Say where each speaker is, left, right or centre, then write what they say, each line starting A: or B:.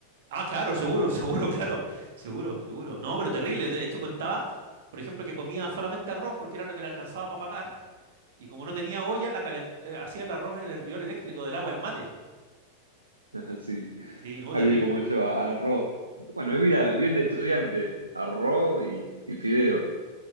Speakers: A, on the right; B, on the right.
A: Ah, claro, seguro, <laughs> seguro, claro, seguro, seguro. No, pero terrible. De hecho, contaba, por ejemplo, que comía solamente arroz porque era lo que le alcanzaba para pagar. Y como no tenía olla, la calent- eh, hacía el arroz en el hervidor eléctrico del agua, el mate.
B: <laughs> Sí,
A: Sí, no,
B: alguien
A: terrible.
B: como yo, a- arroz. Bueno, es vida bien de estudiante, arroz y, y fideo,